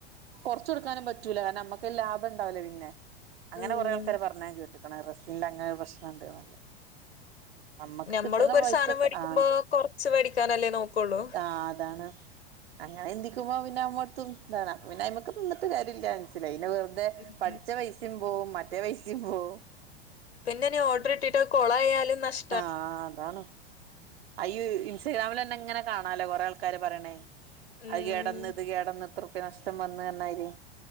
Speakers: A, on the right; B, on the left.
A: കൊർച്ച് കൊടുക്കാനും പറ്റൂല്ല കാരണം അമ്മക്ക് ലാഭം ഇണ്ടാവൂല പിന്നെ അങ്ങനെ
B: ഉം
A: കൊറേ ആൾക്കാര് പർഞ്ഞ് ഞാൻ കേട്ട്ക്ക്ണ് അഹ് റെസ്സിന്റ് അങ്ങനെ ഒര് പ്രശ്നം ഇണ്ട്ന്ന്ള്ളഹ് ഞമ്മ
B: ഞമ്മളും
A: ക്ക്ട്ട്ണ
B: ഇപ്പൊ ഒരു
A: പൈസൊക്കെ
B: സാധനം മേടിക്കുമ്പോ
A: ആഹ്
B: കൊറച്ച് മേടിക്കാനല്ലേ നോക്കുള്ളൂ
A: ആഹ് അതാണ് അങ്ങനെ ചിന്തിക്കുമ്പോ പിന്നെ അമ്മെടും ഇന്താണ് അപ്പൊ പിന്നെ അയ്മ്മക്ക് നിന്നിട്ട് കാര്യല്ല്യ മൻസ്സിലായി പിന്നെ വെർ തെ
B: ഉം
A: പഠിച്ച പൈസിം പോവും മറ്റേ പൈസിം പോവും
B: പിന്നെ ഇനി ഓർഡർ കിട്ടിട്ട് അഹ് കൊളായാലും നഷ്
A: ആഹ് അതാണ് അയ്യോ ഇൻസ്റ്റഗ്രാമില് തന്നെ ഇങ്ങനെ കാണാലോ കൊറേ ആൾക്കാര് പറീണെഹ്
B: ഉം
A: അഹ് കേടെന്ന് ഇത് കേടെന്ന് ഇത്ര ഉർപ്യ നഷ്ടം വന്ന് പർഞ്ഞമാരി